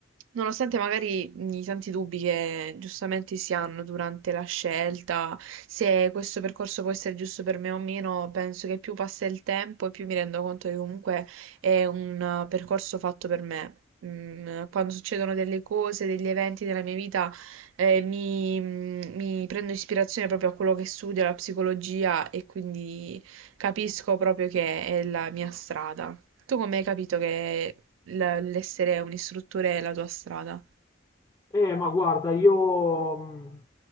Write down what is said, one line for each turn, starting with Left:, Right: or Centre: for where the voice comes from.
Right: Nonostante magari i tanti dubbi che giustamente si hanno durante la scelta, se questo percorso può essere giusto per me o meno, penso che più passa il tempo e più mi rendo conto che comunque è un eh, percorso fatto per me. Mm, quando succedono delle cose, degli eventi nella mia vita, eh, mi, mm, mi prendo ispirazione proprio a quello che studio, la psicologia, e quindi capisco proprio che è la mia strada. Tu come hai capito che l- l'essere un istruttore è la tua strada?
Left: Eh, ma guarda, io mh,